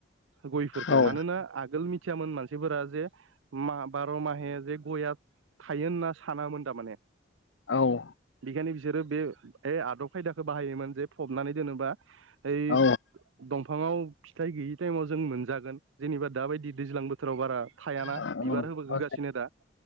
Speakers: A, on the right (about 80°); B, on the left (about 70°).
A: गयफोरखो
B: औ
A: मानोना आगोल मि थियामोन मानसिफोरा जे मा बार' माहे जे गया थायो होनना सानामोन तामाने
B: औ
A: बेखायनो बिसोरो बे ए आदब खायदाखो बाहायोमोन जे फबनानै दोनोबा ओइ
B: औ
A: दंफाङाव फिथाइ गैयि टाइमाव जों मोनजागोन जेनेबा दाबायदि दैज्लां बोथोराव बारा थायाना
B: औ
A: बिबार होबो होगासिनो दा